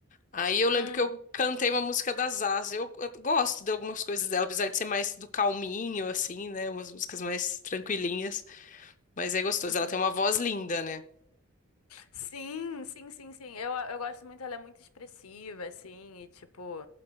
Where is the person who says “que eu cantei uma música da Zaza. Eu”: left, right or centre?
Left